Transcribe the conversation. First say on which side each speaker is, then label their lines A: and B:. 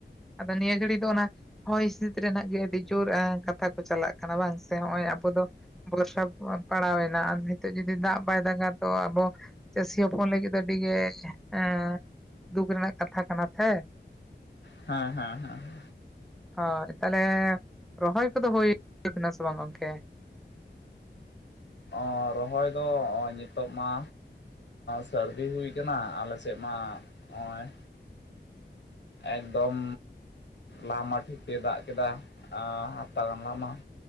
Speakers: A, in the centre; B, on the left (about 70°).
A: ᱟᱫᱚ ᱱᱤᱭᱟᱹ ᱜᱷᱟᱹᱲᱤ ᱫᱚ ᱚᱱᱟ ᱦᱚᱭ ᱦᱤᱸᱥᱤᱫ ᱨᱮᱱᱟᱜ ᱜᱮ ᱟᱹᱰᱤ ᱡᱳᱨ ᱠᱟᱛᱷᱟ ᱠᱚ ᱪᱟᱞᱟᱜ ᱠᱟᱱᱟ ᱵᱟᱝ ᱥᱮ ᱱᱚᱜᱼᱚᱭ ᱟᱵᱚ ᱫᱚ ᱵᱚᱨᱥᱟ ᱯᱟᱲᱟᱣᱮᱱᱟ ᱟᱨ ᱱᱤᱛᱚᱜ ᱡᱩᱫᱤ ᱫᱟᱜ ᱵᱟᱭ ᱫᱟᱜᱟ ᱛᱚ ᱟᱵᱚ ᱪᱟᱹᱥᱤ ᱦᱚᱯᱚᱱ ᱞᱟᱹᱜᱤᱫ ᱫᱚ ᱟᱹᱰᱤᱜᱮ ᱮ ᱫᱩᱠ ᱨᱮᱱᱟᱜ ᱠᱟᱛᱷᱟ ᱠᱟᱱᱟ ᱥᱮ?
B: ᱦᱮᱸ ᱦᱮᱸ ᱦᱮᱸ ᱾
A: ᱦᱳᱭ ᱛᱟᱦᱚᱞᱮ ᱨᱚᱦᱚᱭ ᱠᱚᱫᱚ ᱦᱤᱭ ᱠᱟᱱᱟ ᱥᱮ ᱵᱟᱝ ᱜᱚᱝᱠᱮ?
B: ᱚ ᱨᱚᱦᱚᱭ ᱫᱚ ᱱᱚᱜᱼᱚᱭ ᱱᱤᱛᱳᱜ ᱢᱟ ᱥᱟᱹᱨᱫᱤ ᱦᱩᱭ ᱠᱟᱱᱟ ᱟᱞᱮ ᱥᱮᱫ ᱢᱟ ᱱᱚᱜᱼᱚᱭ ᱮᱠᱫᱚᱢ ᱞᱟᱢᱟ ᱴᱷᱤᱠ ᱫᱟᱜ ᱠᱮᱫᱟ ᱦᱟᱯᱛᱟ ᱜᱟᱱ ᱞᱟᱢᱟ ᱾